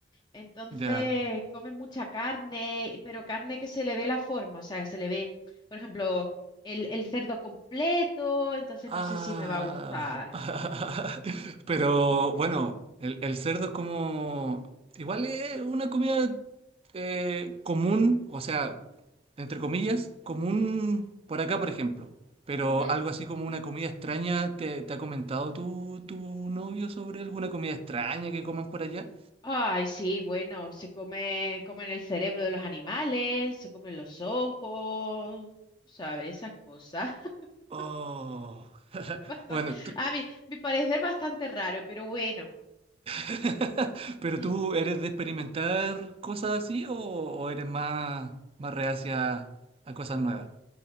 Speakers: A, on the left (about 25°); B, on the right (about 30°).
A: entonces
B: Ya.
A: comen mucha carne, pero carne que se le ve la forma, o sea, se le ve, por ejemplo, el, el cerdo completo, entonces
B: Ah.
A: no sé si me va a gustar.
B: <laughs> Pero
A: Mm,
B: bueno, el, el cerdo es como... Igual es una comida eh, común, o sea, entre comillas, común por acá, por ejemplo. Pero
A: ujú.
B: algo así como una comida extraña, ¿te, te ha comentado tu, tu novio sobre alguna comida extraña que coman por allá?
A: Ay, sí, bueno, se come, comen el cerebro de los animales, se comen los ojos, tú sabes, esas cosas. <laughs>
B: Oh. <laughs>
A: Bastan-
B: Bueno, tú-
A: a mí, mi parecer bastante raro, pero bueno.
B: <laughs> pero
A: Y-
B: tú eres de experimentar cosas así o, o eres más, más reacia a cosas nuevas.